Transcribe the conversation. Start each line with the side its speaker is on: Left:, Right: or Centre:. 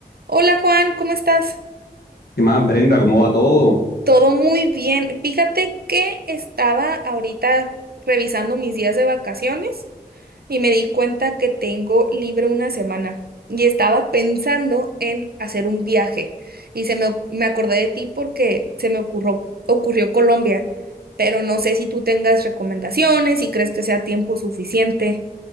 Right: Hola Juan, ¿cómo estás?
Left: ¿Qué más, Brenda? ¿Cómo va todo?
Right: Todo muy bien. Fíjate que estaba ahorita revisando mis días de vacaciones y me di cuenta que tengo libre una semana y estaba pensando en hacer un viaje y se me, me acordé de ti porque se me ocurrió, ocurrió Colombia, pero no sé si tú tengas recomendaciones, si crees que sea tiempo suficiente